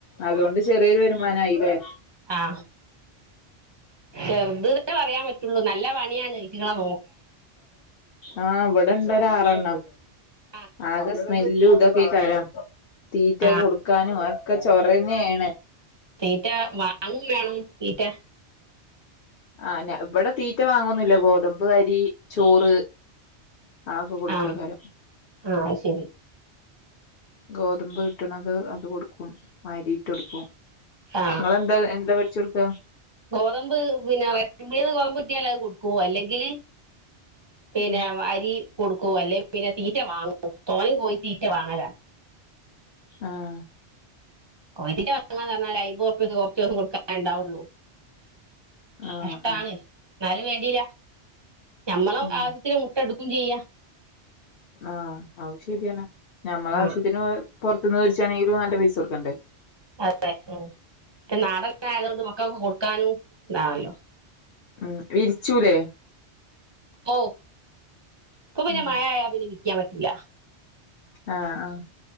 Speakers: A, on the left; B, on the right.
A: അതുകൊണ്ട് ചെറിയൊരു വരുമാനമായില്ലേ
B: ആഹ് ചെറുത് ന്ന് പറയാൻപറ്റുളളു നല്ല പണിയാണ് ഇവറ്റുങ്ങളെ നോ
A: ആഹ് ഇവിടുണ്ട് ഒരു ആറെണ്ണം
B: ആ
A: ആകെ സ്മേല്ലും ഇതൊക്കെയായിക്കര തീറ്റകൊടുക്കാനും
B: ആ
A: ആ ചോറ് തന്നെയാണ്
B: തീറ്റ വാങ്ങിവേണം തീറ്റ
A: ആഹ് ന ഇവിടെ തീറ്റ വാങ്ങുന്നില്ല ഗോതമ്പ് അരി ചോറ് ആക്കെ കൊടുക്കക്കാരം
B: ആഹ് ആഹ് ശരി
A: ഗോതമ്പ് കിട്ടണത് അത് കൊടുക്കും അരിഇട്ട് കൊടുക്കും
B: ആ
A: അത് എന്ത എന്താപറ്റി കൊടുക്കുക
B: ഗോതമ്പ് പിന്നാ <unintelligible> ഗോതമ്പ് കിട്ടിയാൽ കൊടുക്കുവോ അല്ലെങ്കില് പിന്നെ
A: ഉം
B: അരി കൊടുക്കുവോ അല്ലെങ്കില്‍ പിന്നെ തീറ്റ വാങ്ങുമോ <unintelligible> പോയി തീറ്റ വാങ്ങല
A: ആഹ്
B: കോയിതീറ്റ വാങ്ങാൻ എന്ന് പറഞ്ഞാല് അയിൻപതു റുപ്പികക്ക് കൊറച്ചു ദിവസം കൊടുക്കാനല്ലേ ഉണ്ടാകുള്ളൂ
A: ആഹ്
B: കഷ്ട്ടാണ്
A: ആഹ്
B: എന്നാലും വേണ്ടില്ല ഞമ്മള്
A: ഉം
B: ആവശ്യത്തിന് മുട്ട ഇടുക് പുഞ്ചിചെയ്യ
A: ആഹ് അത് ശരിയാണ് ഞമ്മളെ
B: ആ
A: ആവശ്യത്തിന് പൊറത്ത്ന്നു വേട്ച്ചാണെങ്കിലും നല്ല പൈസ കൊട്ക്കണ്ടെ
B: അതെ ഉം ക്കെ നാടന്നെ ആയത് <unintelligible> ഇത് മക്കക്ക് കൊടുക്കാനും ഇതാണല്ലോ
A: ആഹ് വിരിച്ചൂലേ?
B: ഓഹ് ഇക്കും പിന്നെ
A: ഉം
B: മയായ പിന്നെ വി ക്ക്യാൻ പറ്റൂല.
A: ആഹ് ആഹ്